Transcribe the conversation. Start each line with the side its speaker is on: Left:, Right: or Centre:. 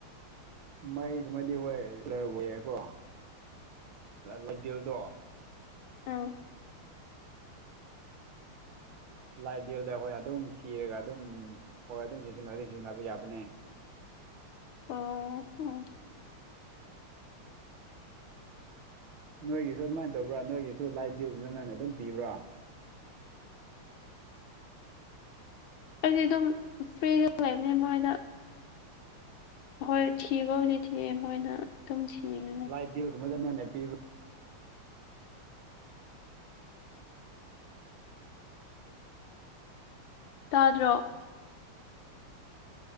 Right: ꯃꯩꯒꯨꯝꯃꯗꯤ ꯍꯣꯏ ꯂꯩꯔ ꯌꯥꯏꯀꯣ ꯂꯩꯗꯦꯜꯗꯣ
Left: ꯑꯥ
Right: ꯂꯥꯏ ꯕꯕꯤꯦꯜꯗ ꯑꯩꯈꯣꯏꯅ ꯑꯗꯨꯝ ꯊꯤꯔꯒ ꯑꯗꯨꯝ ꯍꯣꯏ ꯑꯗꯨꯝ ꯁꯤꯖꯤꯟꯅꯗꯤ ꯁꯤꯖꯤꯟꯅꯕ ꯌꯥꯕꯅꯦ
Left: ꯑꯣ ꯎ
Right: ꯅꯣꯏꯒꯤꯁꯨ ꯑꯗꯨꯃꯥꯏꯅ ꯇꯧꯕ꯭ꯔꯥ ꯅꯣꯏꯒꯤꯁꯨ ꯂꯥꯏ ꯗꯗꯤꯕ ꯀꯃꯥꯏꯅ ꯑꯗꯨꯝ ꯄꯤꯕ꯭ꯔꯥ
Left: ꯑꯩꯗꯤ ꯑꯗꯨꯝ ꯐ꯭ꯔꯤꯗ ꯂꯩꯕꯅꯦ ꯃꯣꯏꯗ ꯍꯣꯏ ꯊꯤꯕꯕꯨꯗꯤ ꯊꯤꯑ ꯃꯣꯏꯅ ꯑꯗꯨꯝ ꯊꯦꯡꯉꯅꯤ
Right: ꯗꯤꯕ ꯑꯗꯨꯅꯦ ꯄꯤ
Left: ꯇꯥꯗ꯭ꯔꯣ